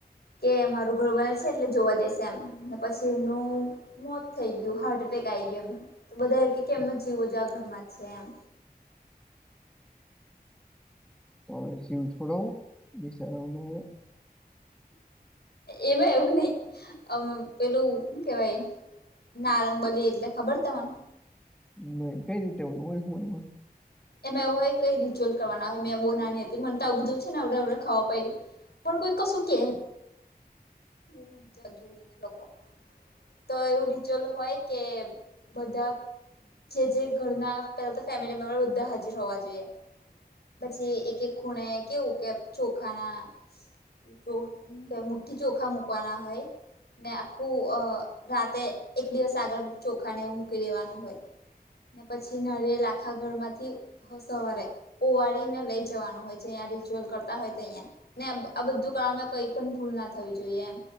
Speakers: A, on the left (about 80°); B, in the centre.
A: કે મારું ઘર બને છે એટલે જોવા જઈશે એમ પછી એમનું મોત થઈ ગયું હાર્ટ એટેક આઈ ગયું એમ તો બધા કે એમના હજો આજ ઘરમાં છે એમ
B: હ જેવ છોડવ વિસાાર નવે
A: એમાં એવું નહી અમ પેલું હુ કેવાય નારંગબલી એટલે ખબર તને
B: નહી કઈ રીતે હોય હોય હું એમાં
A: એમાં એવુંય કઈ રિચ્યુલ કરવાના હોય મેં એ બો નાની હતી મનેતા આવ બધું છે ને એવડે એવડે ખબર પડી પણ કોઈ કશું કે હું હમજત જોડીને લોકો તો એવું રિચ્યુઅલ હોય કે બધા જે જે ઘરના પેલા તો ફેમિલી મેમ્બર બધા હાજર હોવા જોઈએ પછી એક એક ખૂણે કેવું કે ચોખાના જો હું કે મુઠ્ઠી ચોખા મુકવાના હોય. ને આખું અ રાતે એક દિવસ આગળ ચોખાને એવું મૂકી દેવાનું હોય. ને પછી નરિયેલ આખા ઘર માંથી સવારે ઓવાળને લઈ જવાનું હોય જેયા રિચ્યુઅલ કરતા હોય તો અહંયા ને આ બધું કામાં કઈ પણ ભૂલ ના થ જોઈએ એમ